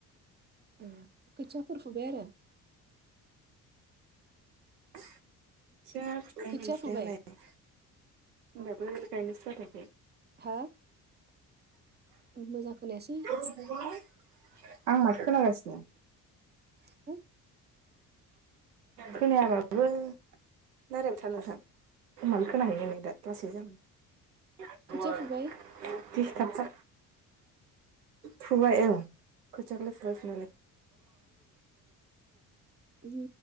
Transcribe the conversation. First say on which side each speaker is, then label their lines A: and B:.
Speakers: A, on the right; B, on the right.
A: ओ खोथियाफोर फुबाय आरो
B: <unintelligible>
A: खोथिया फुबाय
B: होमबाबो गायनायसो जाखायाखै।
A: हा? मोजां खोनायासै।
B: <inaudible> आं माथो खोनागासिनो।
A: <inaudible>
B: खोनायाबाबो रायलायबाय थानो <unintelligible>
A: खोथिया फुबाय
B: दिस्टाबसो। फुबाय औ खोथियाखो फुबाय फुनायालाय।
A: उम